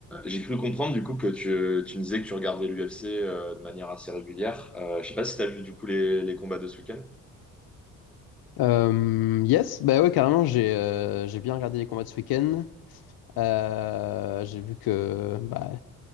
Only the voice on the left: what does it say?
Euh, yes, bah ouais, carrément, j'ai euh, j'ai bien regardé les combats de ce week-end. Euh, j'ai vu que, bah,